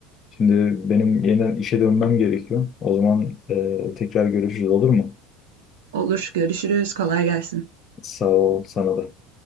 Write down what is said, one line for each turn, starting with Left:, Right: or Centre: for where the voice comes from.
Left: Şimdi benim yeniden işe dönmem gerekiyor. O zaman e, tekrar görüşürüz olur mu?
Right: Olur, görüşürüz. Kolay gelsin.
Left: Sağ ol sana da.